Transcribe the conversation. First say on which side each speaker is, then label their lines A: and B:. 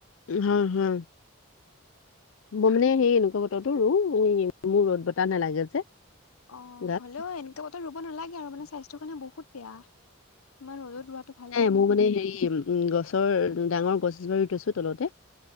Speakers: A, on the left; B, on the left.
A: হয় হয় ব মানে সেই এনেকুৱা বতৰ ৰতো ৰো উ মোৰ ৰ'দ বতাহ নালাগে যে
B: অ
A: গাত।
B: হ'লেও এনেকে বতৰত ৰুব নালাগে আৰু মানে স্বাস্থ্য কাৰণে বহুত বেয়া ইমান ৰ'দত ৰোৱাটো ভাল
A: নাই
B: নহয়
A: মোৰ মানে হেৰি উ গছৰ ডাঙৰ গছ ৰুই থৈছো তলতে